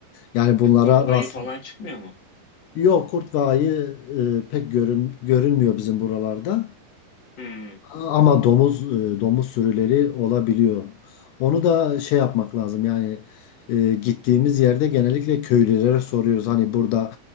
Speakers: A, on the left (about 85°); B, on the left (about 30°).
A: Yani bunlara
B: E, Kurt ayı
A: rast.
B: falan çıkmıyor mu?
A: Yok kurt ve ayı e, pek görün, görünmüyor bizim buralarda.
B: Hmm.
A: Ama domuz e, domuz sürüleri olabiliyor. Onu da şey yapmak lazım. Yani e, gittiğimiz yerde genellikle köylülere soruyoruz. Hani burada